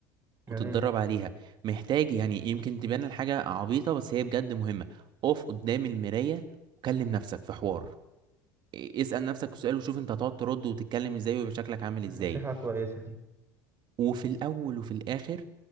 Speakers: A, on the right; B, on the right.
A: جميل
B: وتتدرب عليها محتاج يعني يمكن تبان الحاجة عبيطة بس هي بجد مهمة اقف قدام المراية وكلم نفسك في حوار إيه- اسأل نفسك سؤال وشوف انت هتقعد ترد وتتكلم ازاي ويبقى شكلك عامل ازاي
A: نصيحة كويسة دي
B: وفي الاول وفي الاخر